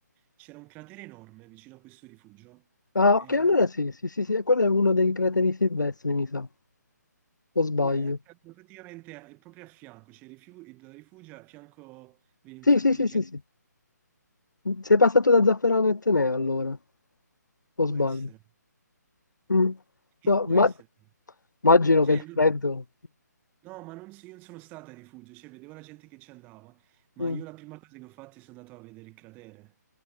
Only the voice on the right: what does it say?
c'era un cratere enorme vicino a questo rifugio.
E
poi eh, praticamente eh, proprio a fianco c'è il rifiu- il rifugio, a fianco vedi un
sacco
di gente.
Può
essere.
Sì,
può
essere.
Cioè,
l-
no, ma non, si- io non sono stato al rifugio, cioè, vedevo la gente che ci andava, ma
io la prima cosa che ho fatto è sono andato a vedere il cratere.